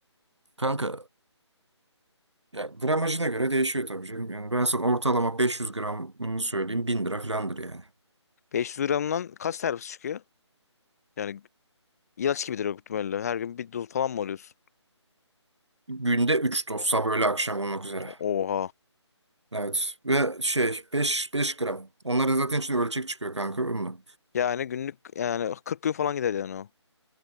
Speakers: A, on the right; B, on the left.
A: Kanka ya gramajına göre değişiyor tabii canım. Yani ben sana ortalama 500 gramını söyleyeyim 1000 lira falandır yani.
B: 500 gramdan kaç terapisi çıkıyor? Yani ilaç gibidir o ihtimalle. Her gün bir doz falan mı alıyorsun?
A: Günde 3 doz sabah öğle akşam olmak üzere.
B: Oha.
A: Evet ve şey 5 5 gram. Onların zaten içinde ölçek çıkıyor kanka. Onunla.
B: Yani günlük yani kırk gün falan gider yani o.